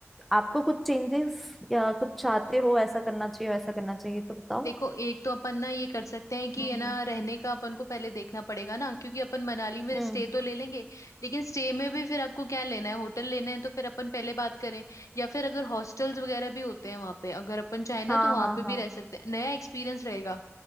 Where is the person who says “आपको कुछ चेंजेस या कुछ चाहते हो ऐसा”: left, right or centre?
Centre